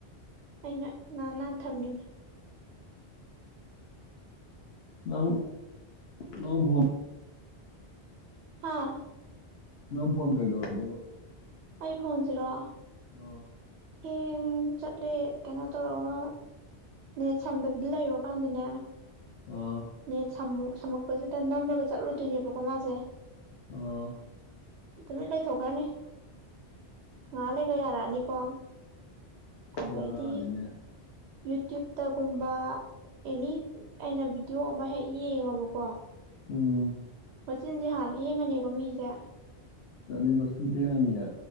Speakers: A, on the right; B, on the left.
A: ꯑꯩꯅ ꯅꯍꯥꯟ ꯍꯟꯅ ꯊꯝꯃꯤꯅꯦ
B: ꯂꯎ ꯂꯎ ꯐꯣ
A: ꯍꯥꯥ
B: ꯅꯪ ꯐꯣꯟ ꯀꯩꯗꯧꯔꯒꯦꯕ
A: ꯑꯩ ꯐꯣꯟꯁꯤꯔꯣ
B: ꯑꯣ
A: ꯍꯌꯦ ꯆꯠꯂꯦ ꯀꯩꯅꯣ ꯇꯧꯔꯒ ꯅꯦꯠ ꯁꯝꯗꯕꯤꯗ ꯂꯩꯔꯣꯀꯥꯟꯗꯅꯦ
B: ꯑꯥ
A: ꯅ ꯁꯝꯃꯨ ꯁꯝꯃꯛꯄꯁꯤꯗ ꯅꯝꯃꯒ ꯆꯠꯂꯨꯗꯣꯏꯅꯦꯕꯀꯣ ꯃꯥꯁꯦ
B: ꯑꯣ
A: ꯑꯗꯨꯃꯤ ꯂꯩꯊꯣꯛꯈ꯭ꯔꯅꯤ ꯉꯥ ꯂꯩ ꯌꯥꯔꯛꯑꯅꯤꯀꯣ ꯑꯗꯩꯗꯤ
B: ꯕꯦꯔꯥꯅꯤꯅꯦ
A: ꯌꯨꯇ꯭ꯌꯨꯞꯇꯒꯨꯝꯕ ꯑꯦꯅꯤ ꯑꯩꯅ ꯚꯤꯗꯤꯑꯣ ꯑꯃ ꯍꯦꯛ ꯌꯦꯡꯉꯕꯀꯣ
B: ꯎꯝ
A: ꯃꯆꯤꯟꯁꯦ ꯍꯥꯟꯅ ꯂꯦꯡꯉꯅꯦꯕ ꯃꯤꯁꯦ
B: ꯇꯗꯤꯃꯁꯤꯅ ꯐꯩ ꯑꯉꯅ ꯅꯌꯥ